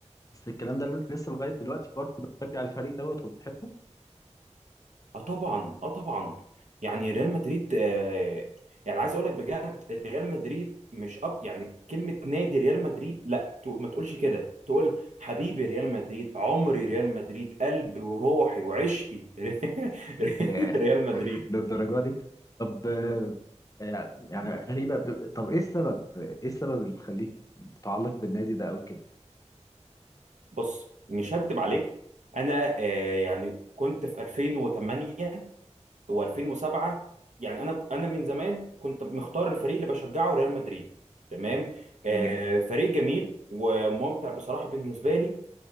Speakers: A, on the left (about 30°); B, on the right (about 80°).
A: بس الكلام ده لسه لغاية دلوقتي برضه بتشجع الفريق دوت وبتحبه
B: اه طبعا اه طبعا يعني ريال مدريد آه يعني عايز اقول لك بجد ريال مدريد مش أك... يعني كلمه نادي ريال مدريد لا تو- ما تقولش كده تقول حبيبي ريال مدريد عمري ريال مدريد قلبي وروحي وعشقي <laughs>
A: ياه.
B: ريال مدريد
A: للدرجة دي طب آه، آه، يعني غريبة ب- طب ايه السبب ايه السبب اللي مخليك متعلق بالنادي ده قوي كده
B: بص مش هكدب عليك انا آه يعني كنت في 2008 و2007 يعني انا انا من زمان كنت مختار الفريق اللي بشجعه ريال مدريد تمام آه
A: تمام
B: فريق جميل وممتع بصراحه بالنسبه لي